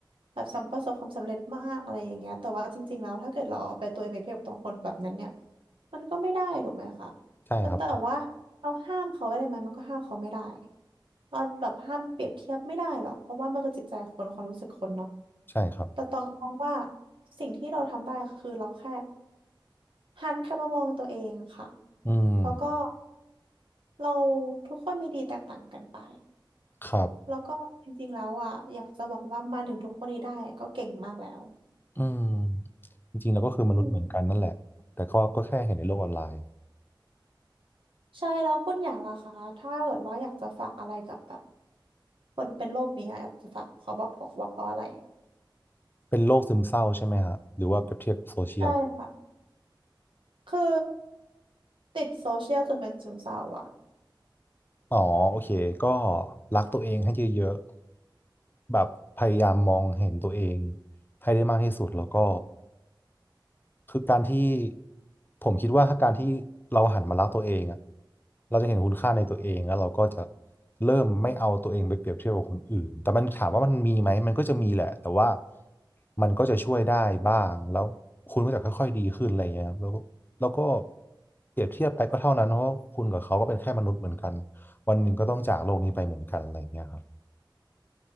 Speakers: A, on the right; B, on the left.
A: แบบสำประสบความสำเร็จมากอะไรอย่างเงี้ยแต่ว่าจริงๆแล้วถ้าเกิดเราเอาไปตัวเองไปเปรียบกับคนแบบนั้นเนี่ยมันก็ไม่ได้ถูกไหมคะ
B: ใช่ครับ
A: แล้วแต่ว่าเราห้ามเขาไว้ได้ไหมมันก็ห้ามเขาไม่ได้เราแบบห้ามเปรียบเทียบไม่ได้หรอกเพราะว่ามันคือจิตใจคนความรู้สึกคนเนาะ
B: ใช่ครับ
A: แต่ตองมองว่าสิ่งที่เราทำได้คือเราแค่หันกลับมามองตัวเองค่ะ
B: อืม
A: แล้วก็เราทุกคนมีดีแตกต่างกันไป
B: ครับ
A: แล้วก็จริงๆแล้วอ่ะอยากจะบอกว่ามาถึงทุกวันนี้ได้ก็เก่งมากแล้ว
B: อืมจริงๆแล้วก็คือมนุษย์เหมือนกันนั่นแหละแต่ก็ก็แค่เห็นในโลกออนไลน์
A: อืมใช่แล้วคุณอย่างล่ะคะถ้าเกิดว่าอยากจะฝากอะไรกับแบบคนเป็นโรคนี้อะอยากจะฝากเขาบอกบอกว่าเขาอะไร
B: เป็นโรคซึมเศร้าใช่ไหมฮะหรือว่าเปรียบเทียบกับโซเชียล
A: ใช่ค่ะคือติดโซเชียลจนเป็นซึมเศร้าอ่ะ
B: อ๋อโอเคก็รักตัวเองให้เยอะๆแบบพยายามมองเห็นตัวเองให้ได้มากที่สุดแล้วก็คือการที่ผมคิดว่าถ้าการที่เราหันมารักตัวเองอะเราจะเห็นคุณค่าในตัวเองแล้วเราก็จะเริ่มไม่เอาตัวเองไปเปรียบเทียบกับคนอื่นแต่มันถามว่ามันมีไหมมันก็จะมีแหละแต่ว่ามันก็จะช่วยได้บ้างแล้วคุณก็จะค่อยๆดีขึ้นอะไรเงี้ยครับแล้วก็แล้วก็เปรียบเทียบไปก็เท่านั้นเพราะว่าคุณกับเขาก็เป็นแค่มนุษย์เหมือนกัน วันหนึ่งก็ต้องจากโลกนี้ไปเหมือนกันอะไรเงี้ยครับ